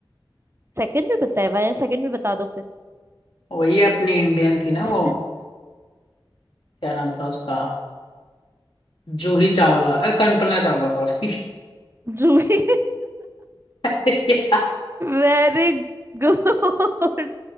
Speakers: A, on the right (about 30°); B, on the left (about 85°).
A: Second भी बताया हुआ है सेकंड भी बता दो फिर
B: वही अपनी इंडियन थी ना
A: <laughs>
B: वो क्या नाम था उसका जूही चावला अ, कल्पना चावला सॉरी
A: जूही
B: <laughs>
A: वेरी गुड